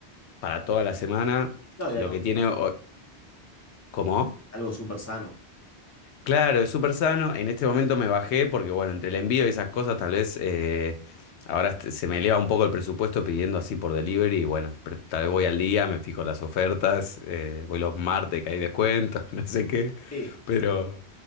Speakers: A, on the left; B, on the left.
A: para toda la semana
B: No, y
A: lo
B: algo.
A: que tiene... o- ¿Cómo?
B: algo súper sano.
A: Claro, es súper sano. En este momento me bajé porque, bueno, entre el envío y esas cosas, tal vez eh, ahora este- se me eleva un poco el presupuesto pidiendo así por delivery. Y bueno, pre- tal vez voy al día, me fijo las ofertas, eh, voy los martes que hay descuentos, <laughs> y no sé qué.
B: Sí.
A: Pero